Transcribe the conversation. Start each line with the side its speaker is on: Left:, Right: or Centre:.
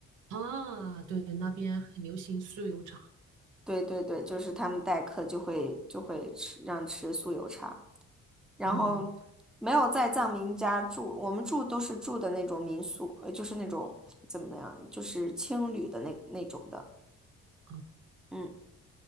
Right: 啊，对，那边很流行酥油茶。
Centre: 对对对，就是他们待客就会就会吃让吃酥油茶，然后
Right: 嗯，
Centre: 没有在藏民家住，我们住都是住的那种民宿，呃，就是那种怎么样，就是青旅的那那种的，
Right: 啊
Centre: 嗯，